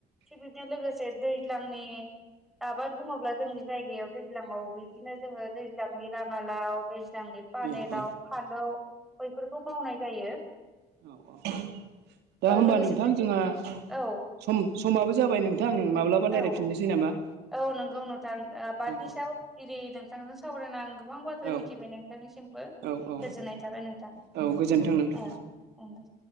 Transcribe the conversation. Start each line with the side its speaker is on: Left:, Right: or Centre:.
Centre: थिग बिनो लोगोसे दैज्लांनि आबाद बुङोब्ला जोंनि जायगायाव दैज्लङाव बिदिनो जोङो दैज्लांनि राङालाव दैज्लांनि
Right: औ
Centre: पानेलाव फालौ बैफोरखौ मावनाय जायो
Right: औ औ दा
Centre: ओ
Right: होमबा
Centre: लोगोसे
Right: नोंथां
Centre: बिब्दि
Right: जोंहा
Centre: औ
Right: सम समाबो जाबाय नोंथां माब्लाबा
Centre: औ
Right: रायज्लायफिननोसै नामा
Centre: औ नंगौ नोंथां आबादनि
Right: औ औ
Centre: सायाव इदि नोंथांजों सावरायनाांगौ गोबां बाथ्रा
Right: औ
Centre: मिथिबाय नोंथांनिसिमबो
Right: औ औ
Centre: गोजोननाय थाबाय नोंथां
Right: औ गोजोन्थों नोंथां।
Centre: ओंगो